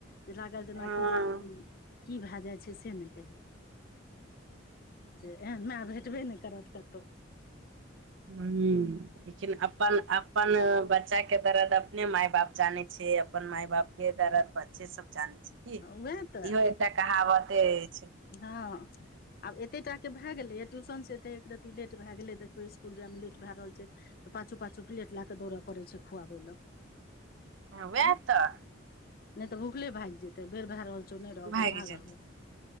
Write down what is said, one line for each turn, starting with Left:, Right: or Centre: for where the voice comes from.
Left: जे लागल जेनाकि
Right: हँ
Left: जे की भए जाइ छै से नहि कही से एहन माय भेटबे नहि करत कतहु
Right: हु लेकिन अपन अपन बच्चा के दर्द अपने मााय बाप जानैत छै अपन मााय बाप के दर्द बच्चे सब जाने छै सब जानै छै क
Left: उएह तऽ
Right: इहो कहावते अछि
Left: हँ आब एते टााक के भए गेले य ट्यूशन से एते एक रतती लेट भय गेले देखियै स्कुल जाय मे लेट भए रहल छै तऽ पाछू पाछू प्लेट लए कऽ दौड़य पड़ैत छै खुआबै लए
Right: वएह
Left: आँ
Right: तऽ
Left: नहि तऽ भूखले भागि जेतै बेर भए रहल छौ नहि रहबौ
Right: भागि
Left: भागल
Right: जेतै
Left: ओ